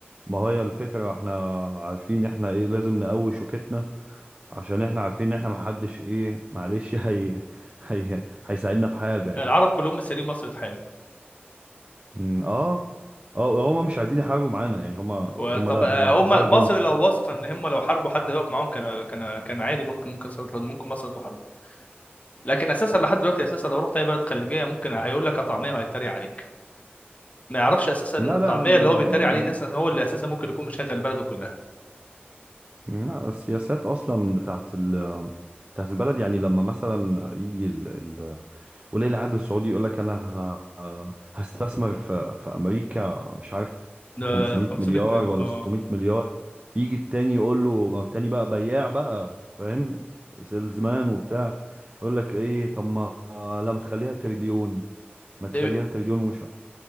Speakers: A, on the right; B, on the left.
A: ما هي الفكرة احنا عارفين احنا ايه لازم نقوي شوكتنا عشان احنا عارفين ان احنا محدش ايه معلش <laughs> هي هي هيساعدنا في حاجة يعني
B: العرب كلهم مستنيين مصر تحارب
A: مم، اه اه هما مش عايزين يحاربوا معانا يعني هما
B: وطب
A: هما لا
B: آه،
A: هو انتوا
B: هم
A: حاربوا
B: مصر
A: انتوا
B: لو واثقه ان هم لو حاربوا حد يقف معاهم كان كان كان عادي ممكن ممكن مصر تطلع- ممكن مصر تحارب لكن اساسا لحد دلوقتي اساسا لو رحت اي بلد خليجيه ممكن هيقول لك طعميه وهيتريق عليك ما يعرفش اساسا ان
A: لا
B: الطعميه
A: لا لا,
B: اللي هو بيتريق
A: ما-
B: عليه ده أساساً هو اللي اساسا ممكن يكون مشغل بلده كلها
A: لا السياسات اصلا بتاعت ال بتاعت البلد يعني لما مثلا يجي ال... ال... ولي العهد السعودي يقول لك انا ه... هستثمر في... في امريكا مش عارف
B: ده
A: 500
B: 500
A: مليار
B: مليون
A: ولا
B: اه
A: 600 مليار يجي التاني يقول له ما التاني بقى بياع بقى فاهم سيلزمان وبتاع يقول لك ايه طب ما لا ما تخليها تريليون ما تخليها
B: ده
A: تريليون ومش عارف